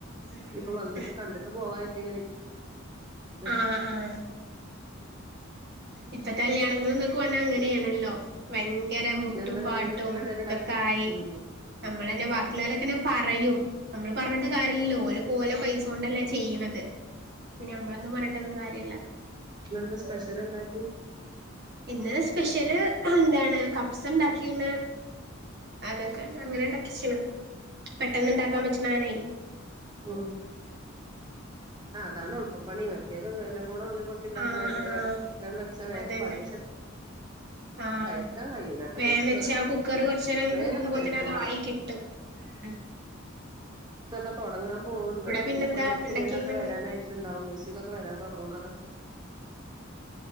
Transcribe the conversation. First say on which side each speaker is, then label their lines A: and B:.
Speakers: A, on the right; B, on the right.
A: ഉം
B: ഇപ്പൊ
A: ഉം
B: വന്നിട്ട് കണ്ടിട്ട് പോവായാര്ച്ചിങ്ങനെ ഇര്ക്കാ.
A: ആഹ് ആഹ് ഇപ്പ കല്ല്യാണങ്ങള്ന്നൊക്കെ പർഞ്ഞാ അങ്ങനെയാണല്ലോ. വയങ്കര മുട്ടും
B: പിന്നെന്താ
A: പാട്ടുംതൊക്കെ
B: ഇന്നലെ സ്പെഷ്യല് ഇണ്ടാ
A: ആയി
B: ഉം
A: അമ്മളന്നെ വാക്കിള്ളോലൊക്കെന്നെ പറയും. അമ്മള് പറഞ്ഞിട്ട് കാര്യല്ലല്ലോ ഓല്‌പ്പോ ഓലെ പൈസ കൊണ്ടല്ലേ ചെയ്യ്ണത്. അപ്പൊ പിന്നെ ഞമ്മളൊന്നും പറഞ്ഞിട്ടൊന്നും കാര്യല്ല.
B: ഇന്ന് എന്താ സ്പെഷ്യല്ണ്ടാക്കി
A: ഇന്നലെ സ്പെഷ്യല് എന്താണ് കപ്സണ്ടാക്കീണ്. അതൊക്കെ അങ്ങനെണ്ടാക്കിച്ചിണ്. പെട്ടെന്ന്ണ്ടാക്കാൻ പറ്റ്ണആണെയ്
B: വൗ ആഹ് അതാന്ന് ഉൾപ്പപ്പണി, മാറ്റേത് എല്ലംകൂടെ നുള്ളിപൊർ ക്കിണ്ടാക്ക്ണ
A: ആഹ്
B: കാരണം
A: ആഹ്
B: ത് ഇതാണ്ട് വെച്ച വേഗം
A: അതന്നെ
B: പണി പക്ഷെ
A: ആഹ്,
B: കഴിക്കാൻ കഴിയൂലട്ടോ
A: വേം
B: ദിവസം
A: വെച്ചാ ആ കുക്കറ് കൊർച്ചേരം
B: എപ്പളേലൊക്കെ
A: കൂക്കുമ്പോത്
B: തെരക്കടില്ല
A: ന് അത് ആയി കിട്ടും. ഏഹ്,
B: ഇതൊക്കെ തൊടങ്ങാൻ പോവ്ണ്ട് പുതിയാപ്ലയും
A: പിന്നെന്താ ഇണ്ടാക്കിക്ക്ണ്
B: പുതിയണ്ണൊക്കെ
A: ഇങ്ങള്
B: വെരാനായി ട്ട്ണ്ടാവും മ്യൂസിക് ഒക്കെ വരാൻ തൊടങ്ങുണു അതാ